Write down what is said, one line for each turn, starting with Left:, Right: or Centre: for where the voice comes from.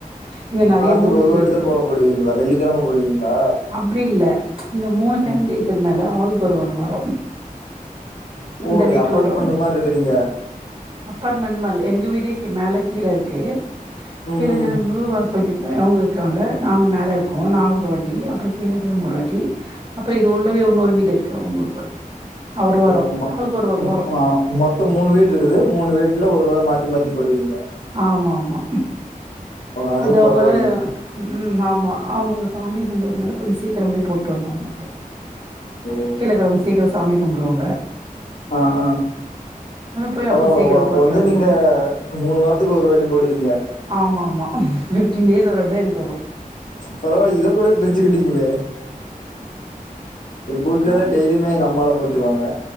Right: இங்க நெறைய
Left: வாரத்துக்கு
Right: மூணு
Left: ஒரு
Right: வீடு
Left: வாட்டி
Right: இருக்குது
Left: தா கோலம் போடுவீங்களா வெள்ளிக்கெழம போடுவீங்களா
Right: அப்டி இல்ல இங்க மூணு ஃபேம்லி
Left: ம்
Right: இருக்குறதுனால ஆளுக்கு ஒரு ஒரு வார
Left: ஓ
Right: இந்த
Left: நீங்க
Right: வீட்டு
Left: அப்பார்ட்மெண்ட்
Right: உள்ளோ
Left: மாரி இருக்குறீங்க
Right: அப்பார்ட்மென்ட்லா இல்ல எங்க வீடே க்கி மேல கீழ இருக்கு
Left: ம்
Right: கீழ இருக்கிறவ்ங்க
Left: ம்
Right: <unintelligible> கொஞ்ச மே அவ்ங்க இருக்காங்க நாங்க மேல இருக்கோ நா ஒரு வாட்டி அப்றோ கீழ இருக்கறவ்ங்க ஒரு வாட்டி அப் ப்பே இது உள்ளவே இன்னொரு வீடு இருக்கு அவ்ங்க ஒரு வாட்டி ஒரு வாரோ
Left: ஓமா
Right: ஆளுக்கு ஒரு ஒரு
Left: ம்
Right: வாரோ
Left: ஆ மொத்த மூணு வீடு இருக்குது மூணு வீட்ல ஒரு வார மாத்தி மாத்தி போட்டுக்வீங்க
Right: ஆமாம்மா
Left: பரவால்ல அதுவு
Right: அது அவ்ங்களா
Left: பரவாயில்லைங்க
Right: ம் ஆமா அவ்ங்க சாமி கும்புட்றதுனால கொஞ்ச சீக்கிர போய் போட்டு வர்ணு அது மட்டு
Left: ஓ
Right: கீழ இருக்குறவ்ங்க சீக்கிர சாமி கும்புட்ருவாங்க
Left: ஆ ஆ
Right: போய்
Left: பரவால்ல
Right: சீக்கிர
Left: வ அப்ப
Right: போட்டு
Left: வந்து
Right: வர்றது
Left: நீங்க மூணு வாரத்துக்கு ஒரு வாட்டி போடுவீங்க
Right: ஆமாம்மா ஃபிஃப்டீன் டேஸ் ஒரு வாட்ட எனக்
Left: பரவால்ல இதக்கூட பிரிச்சுக்கிட்டீங் இங்க எங்க வீட்லலா
Right: ஆ
Left: டெய்லியுமே எங்க அம்மாலா போட்ருவாங்க